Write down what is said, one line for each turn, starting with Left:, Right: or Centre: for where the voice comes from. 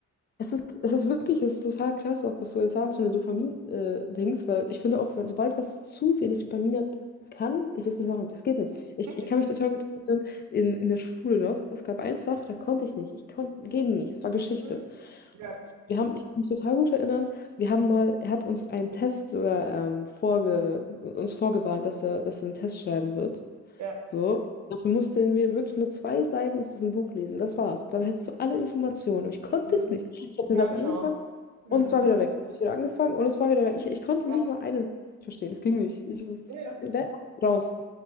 Left: Es ist, es ist wirklich, es ist total krass, auch was du jetzt sagst, wenn den Dopamin-Dings, weil ich finde auch, wenn, sobald was zu wenig Dopamin hat, kann ich es nicht machen. Es geht nicht.
Right: Das
Left: Ich,
Right: geht
Left: ich
Right: nicht.
Left: kann mich total gut erinnern, in, in der Schule noch, es gab ein Fach, da konnte ich nicht. Ich konnte, ging nicht. Es war Geschichte.
Right: Mhm. Ja,
Left: Und wir haben, ich kann mich total gut erinnern, wir haben mal, er hat uns einen Test sogar ähm, vorge, uns vorgewarnt, dass er, dass er einen Test schreiben wird.
Right: ja.
Left: So. Dafür mussten wir wirklich nur zwei Seiten aus diesem Buch lesen. Das war's. Dann hättest du alle Informationen. Aber ich konnte
Right: Mhm.
Left: es nicht. Ich habe den
Right: Keine
Left: Satz angefangen
Right: Chance. Mhm.
Left: und es war wieder weg. Hab ich wieder angefangen und es war wieder weg. Ich, ich konnte
Right: Ja,
Left: nicht mal einen Satz verstehen. Es ging nicht. Ich muss
Right: ja, ja.
Left: we- raus.